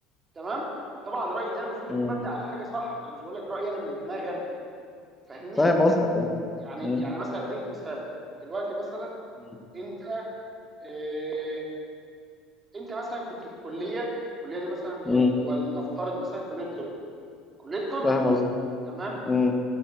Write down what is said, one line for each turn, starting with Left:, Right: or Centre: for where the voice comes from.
Right: تمام طبعا رايي ده المفروض
Centre: م.
Right: يكون مبني على حاجه صح انا مش بقول لك رايي انا من دماغي انا فاهمني
Centre: فاهم قصدك اه
Right: يعني
Centre: م-
Right: يعني مثلا اديك مثال دلوقتي مثلا
Centre: م-
Right: انت إيه انت مثلا كنت في كليه الكليه دي مثلا
Centre: م.
Right: ول- ولنفترض مثلا كليه طب كليه قمه
Centre: فاهم قصدك
Right: تمام
Centre: م.